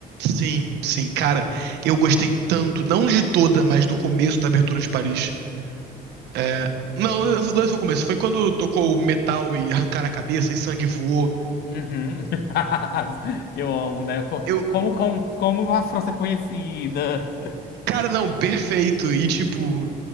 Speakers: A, on the right; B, on the left.
A: Sim, sim, cara, eu gostei tanto, não de toda, mas do começo da abertura de Paris. É, não, não foi o começo, foi quando tocou o metal e arrancaram a cabeça e sangue voou.
B: Uhum. <laughs> Eu amo, né, Co-
A: Eu,
B: como, como, como a França é conhecida...
A: cara, não, perfeito. E tipo,